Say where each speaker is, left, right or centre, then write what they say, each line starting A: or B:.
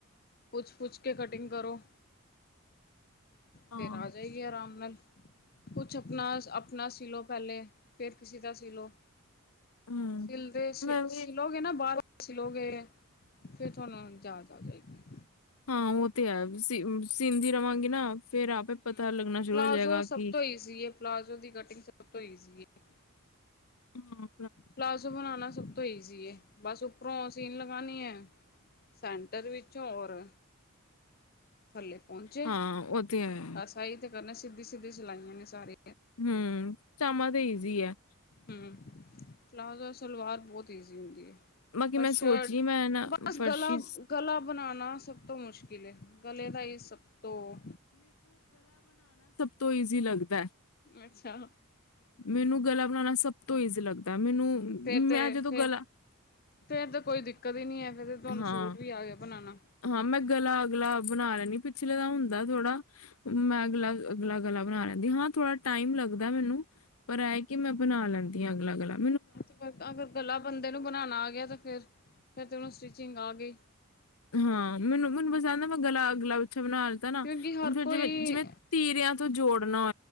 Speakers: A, on the left; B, on the left.
A: ਪੁੱਛ- ਪੁੱਛ ਕੇ ਕਟਿੰਗ ਕਰੋ।
B: ਹਾਂ
A: ਫੇਰ ਆ ਜਾਏਗੀ, ਆਰਾਮ ਨਾਲ। ਕੁਛ ਅਪਨਹ ਅਪਨਾ ਸੀ ਲਓ ਪਹਿਲੇ, ਫਿਰ ਕਿਸੀ ਦਾ ਸੀ ਲਓ।
B: ਹਮ
A: ਸਿਲਦੇ
B: ਮੈਂ
A: ਸਿਲੋਗੇ
B: ਵੀ
A: ਨਾ, ਬਾਹਰੋਂ। ਸਿਲੋਗੇ, ਫੇਰ ਤੁਹਾਨੂੰ ਜਾਚ ਆ ਜਾਏਗੀ।
B: ਹਾਂ, ਉਹ ਤੇ ਹੈ ਸਿੰਧੀ ਰਵਾਂਗੀ ਨਾ। ਫੇਰ ਆਪੇ
A: ਹਮ,
B: ਪਤਾ ਲੱਗਣਾ ਸ਼ੁਰੂ
A: ਪਲਾਜ਼ੋ
B: ਹੋ ਜਾਏਗਾ ਕਿ
A: ਸਭ ਤੋਂ ਈਜ਼ੀਏ, ਪਲਾਜ਼ੋ ਦੀ ਕਟਿੰਗ। ਸਭ ਤੋਂ ਈਜ਼ੀ ਹੈ।
B: ਹਮ।
A: ਪਲਾਜ਼ੋ ਬਨਾਨਾ ਸਭ ਤੋਂ ਈਜ਼ੀ ਹੈ। ਬਸ ਉੱਪਰੋਂ ਸੀਨ ਲਗਾਨੀ ਐ, ਸੈਂਟਰ ਵਿੱਚੋਂ ਹੋਰ ਥੱਲੇ ਪਹੁੰਚੇ,
B: ਹਾਂ ਉਹ ਤੇ ਹੈ
A: ਬਸ ਆਈ ਤੇ ਕਰਨਾ ਸਿੱਧੀ ਸਿਤੀ ਸਿਲਾਇਆ ਨੇ ਸਾਰੇ।
B: ਹਮ। ਪਜਾਮਾ ਤੇ ਈਜ਼ੀ ਹੈ।
A: ਹਮ ਪਲਾਜ਼ੋ ਸਲਵਾਰ ਬਹੁਤ ਈਜ਼ੀ ਹੁੰਦੀ।
B: ਬਾਕੀ
A: ਬਸ,
B: ਮੈਂ
A: ਸ਼ਿਰਟ
B: ਸੋਚ ਰਹੀ ਮੈਂ ਨਾ
A: ਬਸ
B: ਫਰਸ਼ੀ
A: ਗਲਾ ਗਲਾ ਬਣਾਉਣਾ ਸਭ ਸਭ ਤੋਂ ਮੁਸ਼ਕਿਲ ਹੈ ਗਲੇ ਦਾ ਹੀ, ਸਭ ਤੋਂ
B: <inaudible> ਤੋਂ ਈਜ਼ੀ ਲੱਗਦਾ ਹੈ।
A: ਅੱਛਾ
B: ਮੈਨੂੰ ਗਲਾ ਬਣਾਉਣਾ ਸਭ ਤੋਂ ਈਜ਼ੀ ਲੱਗਦਾ। ਹੈ। ਮੈਨੂੰ
A: ਫੇਰ ਤੇ,
B: ਮੈਂ ਜਦੋਂ
A: ਫ
B: ਗਲਾ
A: ਫੇਰ ਤੇ ਕੋਈ ਦਿੱਕਤ ਹੀ ਨਹੀਂ ਹੈ। ਫੇਰ ਤੇ ਤੁਹਾਨੂੰ
B: ਹਾਂ
A: ਸੂਟ ਵੀ ਆ ਗਿਆ ਬਣਾਉਣਾ।
B: ਹਾਂ, ਮੈਂ ਗਲਾ ਅਗਲਾ ਬਣਾ ਲੈਂਦੀ ਪਿਛਲੇ ਦਾ ਹੁੰਦਾ ਥੋੜਾ, ਮੈਂ ਅਗਲਾ ਅਗਲਾ ਗਲਾ ਬਣਾ ਲੈਂਦੀ ਹਾਂ। ਥੋੜਾ ਟਾਈਮ ਲੱਗਦਾ ਮੈਨੂੰ ਪਰ ਐਏ ਕਿ ਮੈਂ ਬਣਾ ਲੈਂਦੀਆਂ ਅਗਲਾੱ ਗੱਲਾਂ।
A: ਤੇ ਫ, ਅਗਰ ਗਲਾ ਬੰਦੇ ਨੂੰ ਬਣਾਉਣਾ ਆ ਗਿਆ, ਤੇ ਫੇਰ ਫਿਰ ਉਹਨੂੰ ਸ ਸਿੰਘ ਆ ਗਏ
B: ਹਾਂ ਮੈਨੂੰ ਮੈਨੂੰ ਪਸਾਉਂਦਾ ਮੈਂ ਗਲਾ ਗਲਾ ਵਿੱਚ ਉਛ ਬਣਾ ਲਤਾ
A: ਕਿਉਂਕਿ
B: ਨਾ ਹੁਣ
A: ਹਰ
B: ਫੇਰ
A: ਕੋਈ
B: ਜਿਵੇਂ ਜਿਵੇਂ ਤੀਰਿਆਂ ਤੋਂ ਜੋੜ ਨੋ